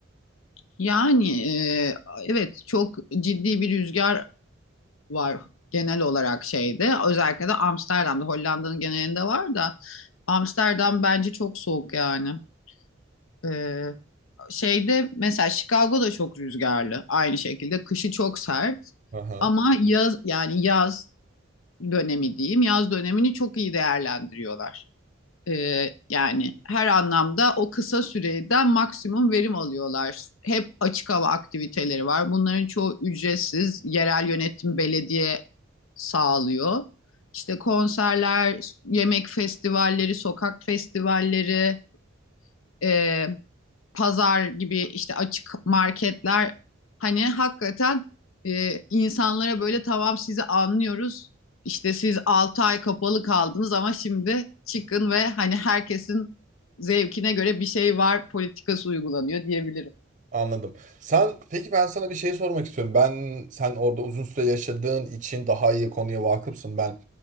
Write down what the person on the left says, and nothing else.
Yani e, evet çok ciddi bir rüzgar var genel olarak şeyde. Özellikle de Amsterdam'da, Hollanda'nın genelinde var da Amsterdam bence çok soğuk yani. Ee, şeyde mesela Chicago'da çok rüzgarlı aynı şekilde kışı çok sert
ama yaz yani yaz dönemi diyeyim yaz dönemini çok iyi değerlendiriyorlar. Ee, yani her anlamda o kısa süreden maksimum verim alıyorlar. Hep açık hava aktiviteleri var. Bunların çoğu ücretsiz. Yerel yönetim belediye sağlıyor. İşte konserler, yemek festivalleri, sokak festivalleri, e, pazar gibi işte açık marketler hani hakikaten e, insanlara böyle tamam sizi anlıyoruz. İşte siz 6 ay kapalı kaldınız ama şimdi çıkın ve hani herkesin zevkine göre bir şey var politikası uygulanıyor diyebilirim.